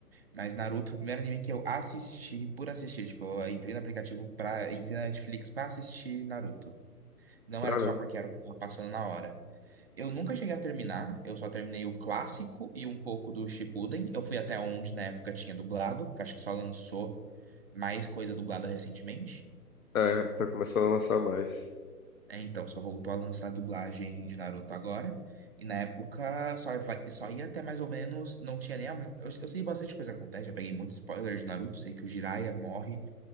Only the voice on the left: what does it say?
Caramba.
É, tá começando a lançar mais.